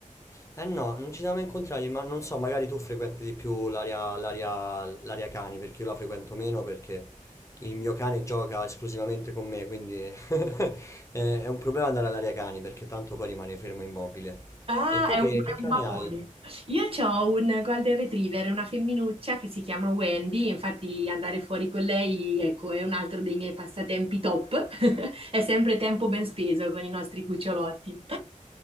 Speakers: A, on the left (about 20°); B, on the right (about 45°).
A: Eh no, non ci siamo mai incontrati, ma non so, magari tu frequenti di più l'area l'area- l'area cani, perché io la frequento meno perché il mio cane gioca esclusivamente con me, quindi <laughs> è è un problema andare all'area cani perché tanto poi rimane fermo immobile.
B: Ah,
A: E tu
B: è
A: che,
B: un, è
A: che cane
B: un papone.
A: hai?
B: Io ho un Golden Retriever, una femminuccia che si chiama Wendy, infatti andare fuori con lei, ecco, è un altro dei miei passatempi top. <laughs> È sempre tempo ben speso con i nostri cucciolotti.